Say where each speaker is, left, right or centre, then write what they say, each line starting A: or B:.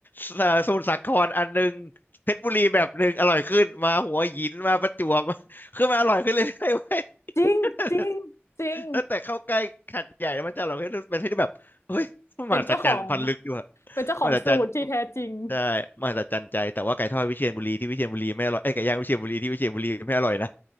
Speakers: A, on the left (about 45°); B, on the left (about 75°).
A: สอ่าสมุทรสาครอันหนึ่งเพชรบุรีแบบหนึ่งอร่อยขึ้นมาหัวหินมาประจวบ <laughs> คือมันอร่อยขึ้นเรื่อยๆเว้ย
B: จริงจริงจริง
A: <laughs> แล้วแต่เข้าใกล้ขัดใหญ่แล้วมันจะเราให้เป็นที่แบบเฮ้ยมนมหัศจรรย์พันลึกอยู่อะ
B: เป็นเจ้าของเป็นเจ้าของสูตรที่แท้จริง
A: มหัศจรรย์ใช่มหัศจรรย์ใจแต่ว่าไก่ทอดวิเชียรบุรีที่วิเชียรบุรีไม่อร่อยไอ้ยไก่ย่างวิเชียรบุรีที่วิเชียรบุรีไม่อร่อยนะ